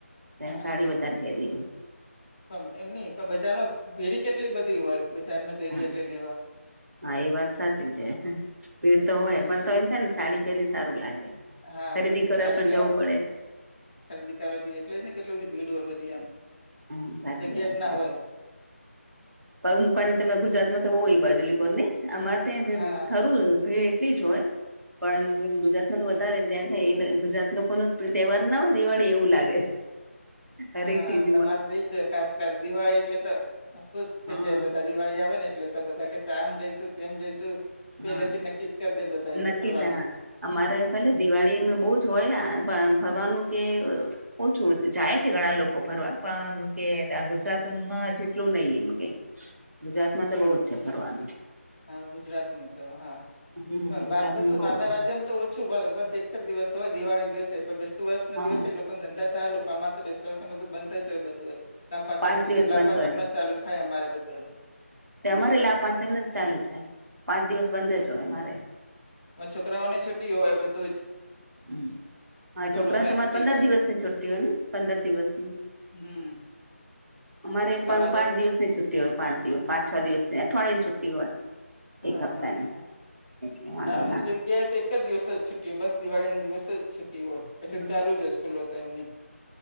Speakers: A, on the right; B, on the left.
A: તેમ
B: હા
A: સાડી વધારે પેરીએ
B: પણ એમની પણ બજારમાં ભીડ કેટલી બધી હોય બજારમાં જઈએ
A: હા
B: એટલે લેવા
A: હા એ વાત સાચી છે ભીડ તો હોય
B: હા
A: પણ તો એમ થાય ને સાડી પેરી સારું લાગે
B: હા
A: ખરીદી
B: બ
A: કરવા
B: સાડી
A: પણ
B: લેવા
A: જવું પડે
B: ખરીદી કરવા જયે એટલે જ ને કેટલી બધી ભીડ હોય બધી એમ
A: હા સાચી
B: જગ્યા
A: વાત
B: જ ના
A: છે.
B: હોય
A: પગ મુકાની તમે ગુજરાતમાં તો બઉ ઇ બાજુ લિકોન ને અમારે ત્યા
B: હા
A: જ ખરું ભીડ એટલી જ હોય. પણ એમ ગુજરાતમાં તો વધારે ત્યાં કઈ ગુજરાત લોકોનો તહેવાર ના હોય દિવાળી એવું લાગે. હરેક
B: હા
A: ચીજ
B: તમારે ઇજ હોય ખાસ કરી દિવાળી એટલે તો ખુશ થઈ
A: હા
B: જાય બધા દિવાળી આવે ને એટલે તો. બધા કેશે આમ જઈશું, તેમ જઈશું. પેલેથી
A: હા
B: નક્કી જ કરી દે બધા એમ
A: નક્કી
B: ફરવાની
A: ત અમારે ભલે દિવાળી એમનું બહુ જ હોય આ પણ આમ ફરવાનું કે અ ઓછું. જાય છે ઘણા લોકો ફરવા પણ આમ કે આ ગુજરાતમાં જેટલું નઇ એમ કે. ગુજરાતમાં તો
B: હમ
A: બહુ જ
B: હમ
A: છે ફરવાનું.
B: હા ગુજરાતનું તો હા.
A: હમ
B: પણ
A: ગુજરાતમાં
B: બાર તો શું
A: બહુ
B: બારના
A: છે
B: રાજ્યમ તો ઓછું ભાવે. બસ એક જ દિવસ હોય દિવાળીના દિવસે પણ બેસતુ વર્ષના
A: હા
B: દિવસે એ લોક પન ધંધા ચાલુ પન અમારે તો બેસતા વર્ષમાં બધું બંધ જ હોય બધું લાભપાચમ
A: પાંચ
B: સુધી
A: દિવસ
B: લાપાચમના
A: બંધ હોય
B: ચાલુ જ થાય અમારે બધું.
A: તે
B: અહીં
A: અમારે
B: આગળ
A: લાભપાંચમને જ ચાલુ થાય. પાંચ દિવસ બંધ જ હોય અમારે.
B: અમ છોકરાઓને છુટી હોય બધું જ.
A: હમ હા
B: સ્કૂલોમાં
A: છોકરાને તમારે
B: છુટી
A: પંદર
B: જ હોય
A: દિવસ ની છુટ્ટી હોય ને પંદર દિવસની?
B: હમ
A: અમારે
B: તમારે
A: પં પાંચ દિવસની છુટ્ટી હોય. પાંચ દિવ પાંચ છ દિવસની અઠવાડયાની છુટ્ટી હોય.
B: હહ
A: એક હપ્તાની
B: હહ.
A: એટલે વાંધો
B: ના અમુક જગ્યાએ તો એક જ દિવસ છૂટ ટીઓ બસ દિવાળી ન દિવસ જ છુટી હોય.
A: આવે
B: પછી તો ચાલુ જ હોય સ્કૂલો તો એમની.